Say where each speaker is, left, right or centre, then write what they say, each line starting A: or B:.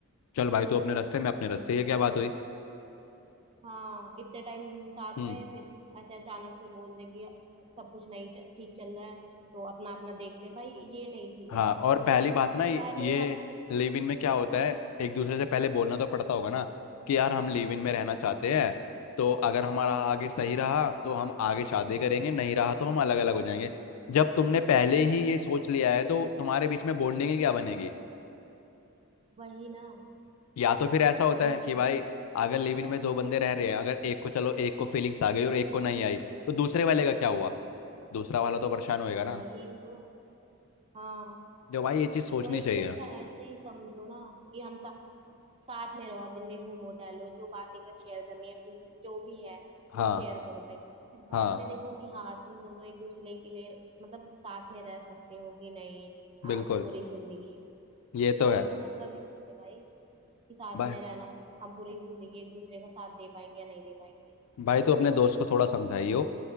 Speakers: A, on the left; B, on the right.
A: चल भाई तू अपने रास्ते मैं अपने रास्ते ये क्या बात हुई
B: हाँ इतने टाइम साथ
A: हम्म
B: रहे फिर ऐसे अचानक से बोल दे कि सब कुछ नहीं च- ठीक चल रहा है तो अपना अपना देखते हैं। भाई ये नहीं ठीक
A: हाँ
B: है ना
A: और पहली बात ना ये
B: पहले
A: ये
B: ही आप
A: लिव इन में क्या
B: हम्म,
A: होता है एक दूसरे से पहले बोलना तो पड़ता होगा ना कि यार हम लिव इन में रहना चाहते
B: हम्म,
A: हैं तो अगर हमारा आगे सही रहा तो हम आगे शादी करेंगे नहीं रहा तो हम अलग अलग हो जाएंगे जब तुमने पहले ही ये सोच लिया है तो तुम्हारे बीच में बॉन्डिंग ही क्या बनेगी
B: वही ना
A: या तो फिर ऐसा होता
B: वही
A: है कि
B: तो दिक्कत
A: भाई
B: है
A: अगर लिव इन में दो बंदे रह रहे हैं अगर एक को चलो एक को फीलिंग्स आ गई और एक को नहीं आई तो दूसरे वाले का क्या हुआ
B: हम्म।
A: दूसरा वाला तो परेशान होएगा ना
B: वही तो हाँ
A: जो भाई ये चीज़ सोचनी
B: वही
A: चाहिए
B: इससे अच्छा ऐसे ही समझो ना कि हम सा, साथ में रहो दिन में घूमो टहलो जो बातें कर शेयर करनी है अपनी जो भी है
A: हाँ
B: वो शेयर करो भाई फिर
A: हाँ
B: बाद में देखो कि हाँ तुम दोनों एक दूसरे के लिए मतलब साथ में रह सकते हो कि नहीं
A: बिल्कुल
B: आप पूरी जिंदगी क्योंकि
A: ये तो
B: शादी
A: है
B: का मतलब ही है भाई कि साथ
A: भाई
B: में रहना हम पूरी जिंदगी एक दूसरे का साथ दे पाएंगे या नहीं दे पाएंगे
A: भाई तू अपने दोस्त को थोड़ा समझाइयो